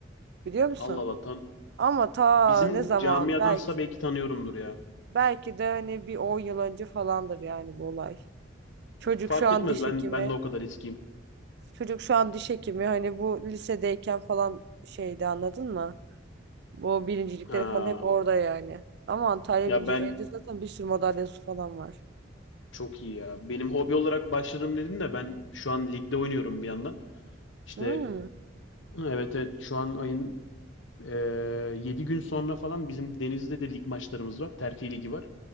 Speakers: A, on the right; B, on the left.
A: Biliyor musun?
B: Allah Allah tan
A: Ama ta
B: bizim
A: ne zaman
B: camiadansa
A: belki
B: belki tanıyorumdur ya.
A: belki de hani bir 10 yıl önce falandır yani bu olay. Çocuk
B: Fark
A: şu an
B: etmez
A: diş
B: ben
A: hekimi.
B: ben de o kadar eskiyim.
A: Çocuk şu an diş hekimi hani bu lisedeyken falan şeydi anladın mı? Bu birincilikleri
B: Ha
A: falan hep orada yani. Ama Antalya
B: ya
A: birinci
B: ben
A: evde zaten bir sürü madalyası falan var.
B: çok iyi ya. Benim hobi olarak başladım dedim de ben şu an ligde oynuyorum bir yandan. İşte
A: Hmm.
B: evet evet şu an ayın Ee, Yedi gün sonra falan bizim Denizli'de de lig maçlarımız var. Terfi ligi var.